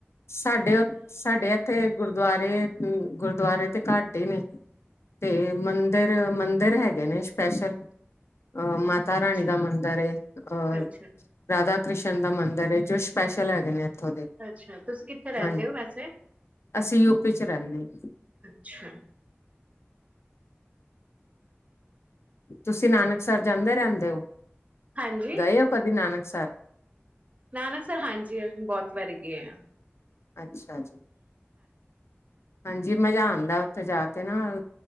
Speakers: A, on the left; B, on the right.
A: ਸਾਡੇ ਸਾਡੇ ਇੱਥੇ ਗੁਰਦੁਆਰੇ-ਗੁਰਦੁਆਰੇ ਤੇ ਘੱਟ ਹੀ ਨੇ ਤੇ ਮੰਦਿਰ-ਮੰਦਿਰ ਹੈਗੇ ਨੇ ਸਪੈਸ਼ਲ, ਅਹ ਮਾਤਾ ਰਾਣੀ
B: ਅੱਛਾ
A: ਦਾ ਮੰਦਰ ਏ ਅਹ
B: ਅੱਛਾ
A: ਰਾਧਾ, ਕ੍ਰਿਸ਼ਨ ਦਾ ਮੰਦਿਰ ਹੈ, ਜੋ ਸਪੈਸ਼ਲ ਹੈਗੇ ਨੇ ਇੱਥੋਂ ਦੇ
B: ਅੱਛਾ, ਤੁਸੀਂ ਕਿੱਥੇ ਰਹਿੰਦੇ
A: ਹਾਂਜੀ
B: ਹੋ ਵੈਸੇ,
A: ਅਸੀਂ ਯੂਪੀ ਚ ਰਹਿੰਦੇ
B: ਅੱਛਾ
A: ਤੁਸੀਂ ਨਾਨਕ ਸਹਿਬ ਜਾਂਦੇ ਰਹਿੰਦੇ ਹੋ।
B: ਹਾਂਜੀ
A: ਦਈ ਕ ਦਿਨਾਨ ਸਰ,
B: ਨਾ ਨਾ ਸਰ ਹਾਂਜੀ ਬਹੁਤ ਵਾਰੀ ਕੀ ਹੋਇਆ
A: ਅੱਛ ਛਾ ਜੀ ਹਾਂਜੀ ਮਜ਼ਾ ਆਂਦਾ, ਉੱਥੇ ਜਾ ਕੇ ਨਾ